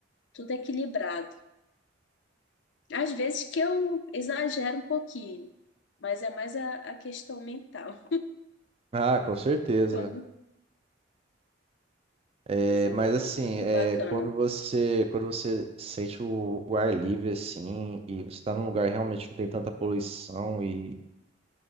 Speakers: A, on the left (about 70°); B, on the right (about 30°).
A: Tudo equilibrado. Às vezes que eu exagero um pouquinho, mas é mais a, a questão mental.
B: Ah, com certeza.
A: <laughs> Quando...
B: É,
A: Mas é
B: mas
A: muito,
B: assim,
A: muito
B: é,
A: bacana.
B: quando você quando você sente o, o ar livre assim e você está num lugar realmente que não tem tanta poluição e,